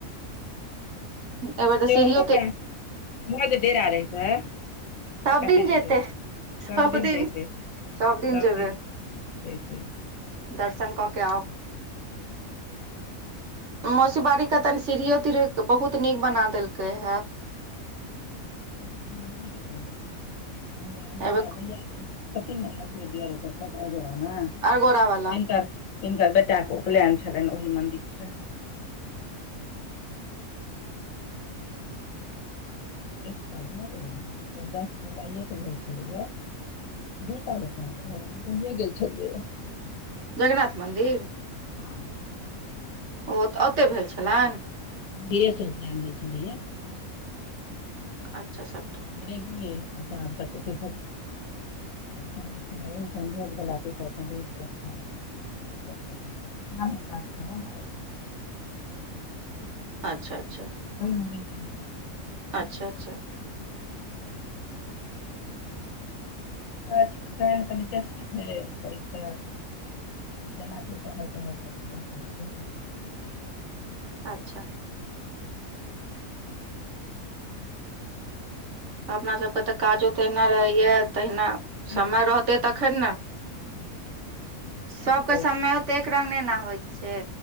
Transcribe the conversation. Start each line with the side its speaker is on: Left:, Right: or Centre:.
Right: एहिबेर तऽ
Left: उम्र
Right: सीढ़ियो ते
Left: जे ढेरा रहीतै त
Right: सब
Left: कते
Right: दिन
Left: नीक
Right: जेतै
Left: हेतै
Right: सब
Left: सभदिन
Right: दिन
Left: जैतै सभ
Right: सब जेबै
Left: दिन जैतै
Right: दर्शन क के आउ मौसी बारी क तनी सीढ़िययो तीढ़ियो बहुत नीक बना देलकै हे
Left: <unintelligible> गेल गेल हम हनक
Right: एहिबेर
Left: भैआी <unintelligible>
Right: अरगोड़ा वाला
Left: <unintelligible> तीनकर बेटा क उपलैन छलै ओहि मन्दिरसँ एकटा भऽ गेलै दस जोलाइये के होइ छलै है बूल तिय गेल छल
Right: जगन्नाथ मन्दिर
Left: वाह
Right: ओ ओतय भेल छलनि
Left: देर से उपलेन भेल छेलैये
Right: अच्छा सबटा
Left: रे गेलिय सझ तकत <unintelligible> हि तन भोग बला के सौक भोग बठा <unintelligible> <unintelligible> प
Right: अच्छा अच्छा
Left: ओ <unintelligible>
Right: अच्छा अच्छा
Left: त छै परीक्षा जेना जे कहै कहै छथि
Right: अच्छा
Left: ह <inaudible>
Right: अपना सब सबके तऽ काजो तहिना रहैये तहिना
Left: भेटैये
Right: समय रहते तखन ने सबके
Left: समय के
Right: समयो तऽ एक रंग नै ने होइत छै